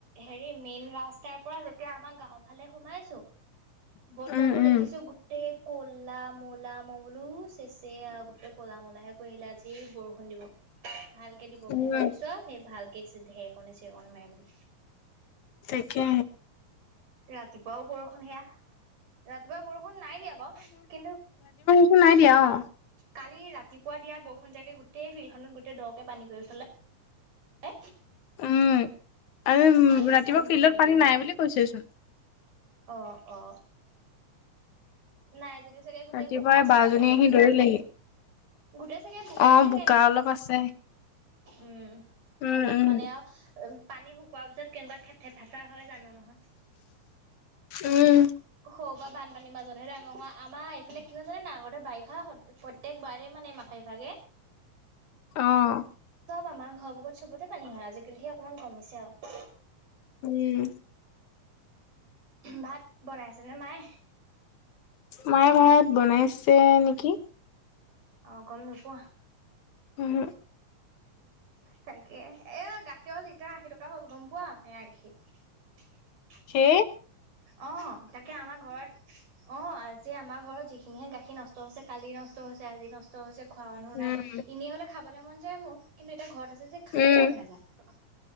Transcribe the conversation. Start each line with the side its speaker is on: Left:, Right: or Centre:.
Right: হেৰি মেইন ৰাস্তাৰ পৰা এতিয়া আমাৰ গাওৰ ফালে সোমাইছো। বতৰটো
Left: উম উম
Right: দেখিছো গোটেই কোলা মলা ম বোলো চেছে আৰু গোটেই ক'লা মলাহে কৈ আহিলে আজি বৰষুণ দিব । ভালকে দিব
Left: উম
Right: বুলি ভাবিছ সেই ভাল । চে ঢেঁকণি চেকনি মাই মে
Left: তাকে
Right: ৰাতিপুৱাও বৰষুণ সেয়া ৰাতিপুৱা বৰষুণ নাই দিয়া বাৰু কিন্তু
Left: এক নাই দিয়া অ
Right: কালি ৰাতিপুৱা দিয়াৰষুণীয়াকে গোটেই ফিল্ডখনত গোটেই দৰকে পানী কৰি থলে । এ
Left: উ আৰু
Right: আজি
Left: ৰাতিপুৱা
Right: নুশুব
Left: ফিল্ডত পানী
Right: নগ'ল।
Left: নাই বুলি কৈছেচোন
Right: অ অ নাই যদি চাগে গোটেই
Left: ৰাতিপুৱাই
Right: বোকা চোকা
Left: বাজনী
Right: চাগে
Left: আহি দৌৰিলেহি
Right: গোটেই চাগে বোকা
Left: অ
Right: চাগে
Left: অলপ আছে
Right: উম
Left: উম
Right: অলপ
Left: উম
Right: মানে আৰু উ পানী শুকোৱাৰ পিছত কেনেকুৱা থেপ থাপ হয় জানো নহয়
Left: উম
Right: স' বা বানপানীৰ মাজতহে ডাঙৰ হোৱা আমাৰ এইফালে কি হয় জানে না আগতে বাৰিষা প্ৰত্যেকবাৰে মানে মাথা বিভাগে
Left: আহ
Right: আমাৰ ঘৰবোৰত চবতে পানী হয় আজিকালি সে অকনমান কমিছে আৰু ।
Left: উম
Right: ভাত বনাই আছে নে মায়ে
Left: মায়ে ভাত বনাইছে নেকি
Right: অ গম নোপোৱা
Left: উম
Right: তাকে এ গাখীৰৰ লিটাৰ আশী টকা হ'ল গম পোৱা এয়া গাখীৰ ।
Left: কি
Right: অ তাকে আমাৰ ঘৰত অ আজি আমাৰ ঘৰত যিখিনিহে গাখীৰ নষ্ট হৈছে কালি নষ্ট হৈছে আজি নষ্ট হৈছে খোৱা মানুহ
Left: উম
Right: নাই এনেই হ'লে খাবলৈ মন যায় মোৰ কিন্তু এতিয়া ঘৰত যে খাবলৈ
Left: উম
Right: মন নযায়